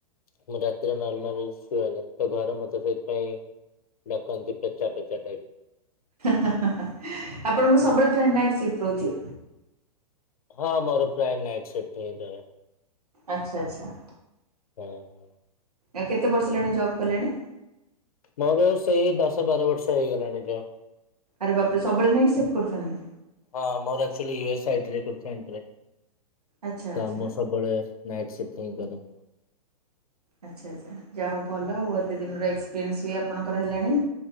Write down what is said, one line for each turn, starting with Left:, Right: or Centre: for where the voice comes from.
Left: ମୁଁ ରାତିରେ ନର୍ମାଲ୍ ଶୁଏନି ତ ଘରେ ମତେ ସେଇଥିପାଇଁ ଡ଼ାକନ୍ତି ପେଚା ପେଚା ଟାଇପ୍।
Right: ଆପଣଙ୍କର ସବୁବେଳେ ଟ୍ରେନ୍ ନାଇଟ୍ ସିଫ୍ଟ ରହୁଚି?
Left: ହଁ ମୋର ପ୍ରାୟ ନାଇଟ୍ ସିପ୍ଟ ହିଁ ରହେ।
Right: ଆଚ୍ଛା ଆଚ୍ଛା।
Left: ହଁ।
Right: ଆ କେତେ ବର୍ଷ ହେଲାଣି ଜବ୍ କଲେଣି?
Left: ମୋର ସେଇ ଦଶ ବାର ବର୍ଷ ହେଇଗଲାଣି ଯବ୍।
Right: ଆରେ ବାପରେ ସବବେଳେ ନାଇଟ୍ ସିପ୍ଟ କରୁଛନ୍ତି?
Left: ହଁ ମୋର ଏକ୍ଟୁଆଲି ୟେ ସାଇଟ୍ ରେ <unintelligible>
Right: ଆଚ୍ଛା ଆଚ୍ଛା।
Left: କାମ ସବୁ ପଳେଇ ଆସେ ନାଇଟ୍ ସିଫ୍ଟ ହିଁ କରେ।
Right: ଆଚ୍ଛା ଆଚ୍ଛା ଯା ହେଉ ଭଲ, ଆଉ ଏତେ ଦିନର ଏକ୍ସପିରିଏନ୍ସ ବି ଆପଣଙ୍କର ହେଲାଣି